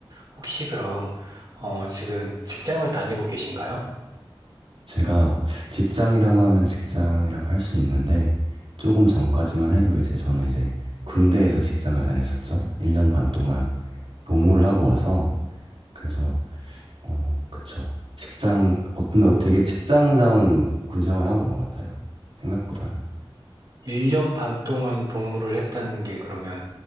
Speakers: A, on the right; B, on the right.
A: 혹시 그럼, 어, 지금 직장을 다니고 계신가요?
B: 제가 직장이라고 하면 직장이라고 할 수 있는데 조금 전까지만 해도 이제 저는 이제 군대에서 직장을 다녔었죠. 1년 반 동안 복무를 하고 와서 그래서 어, 그쵸. 직장, 어떤, 되게 직장다운 군 생활하고 온 것 같아요. 생각보다는.
A: 1년 반 동안 복무를 했다는 게 그러면,